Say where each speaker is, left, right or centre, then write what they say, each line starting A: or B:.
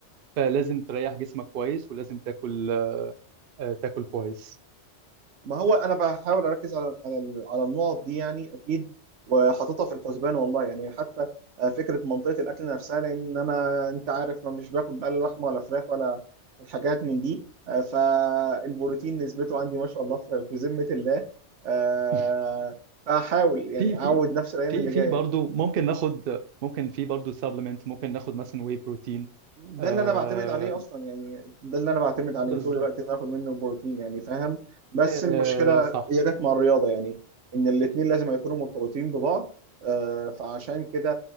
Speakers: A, on the right; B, on the right.
A: فلازم تريح جسمك كويس ولازم تاكل آه، تاكل كويس
B: ما هو انا بحاول اركز على على ال- على النقط دي يعني اكيد وحاططها في الحسبان والله يعني حتى آه، فكره منطقه الاكل نفسها لان انا انت عارف ما مش باكل بقى لا لحمه ولا فراخ ولا الحاجات من دي آه، فالبروتين نسبته عندي ما شاء الله في في ذمه الله آه،
A: <laughs>
B: فاحاول يعني
A: في في
B: اعود نفسي الايام
A: في
B: اللي
A: في
B: جايه
A: برضه ممكن ناخد ممكن في برضه سبلمنت ممكن ناخد مثلا واي بروتين
B: ده
A: آه
B: اللي انا بعتمد عليه اصلا يعني ده اللي انا بعتمد عليه
A: بالظبط
B: طول الوقت ان أنا اخد منه البروتين يعني فاهم بس
A: آه
B: المشكله
A: صح
B: هي جت مع الرياضه يعني ان الاثنين لازم يكونوا مرتبطين ببعض آه فعشان كده